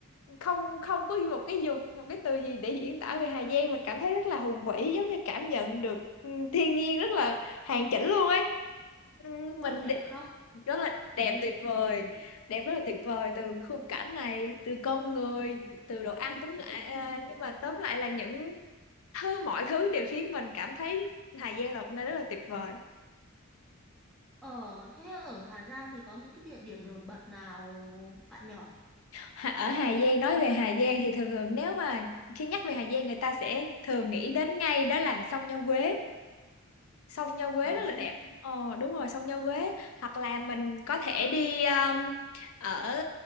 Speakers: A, on the left; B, in the centre.
A: không không có một cái dục một cái từ gì để diễn tả về Hà Giang mình cảm thấy rất là hùng vĩ giống như cảm nhận được ừ, thiên nhiên rất là hoàn chỉnh luôn ấy. Ừ,
B: Ôi,
A: mình
B: đẹp
A: đe-
B: không?
A: rất là
B: Thế
A: đẹp tuyệt vời đẹp rất là tuyệt vời từ khung cảnh này từ con người từ đồ ăn tóm lại à, nhưng mà tóm lại là những thứ mọi thứ đều khiến mình cảm thấy Hà Giang là một nơi rất là tuyệt vời
B: ở thế ở Hà Giang thì có những cái địa điểm nổi bật nào bạn nhỏ?
A: Hà- ở Hà Giang nói về Hà Giang thì thường thường nếu mà khi nhắc về Hà Giang người ta sẽ thường nghĩ đến ngay đó là sông Nho Quế sông Nho Quế
B: Ờ,
A: rất
B: sông
A: là đẹp
B: Nho.
A: ờ đúng rồi sông Nho Quế hoặc là mình có thể đi um, ở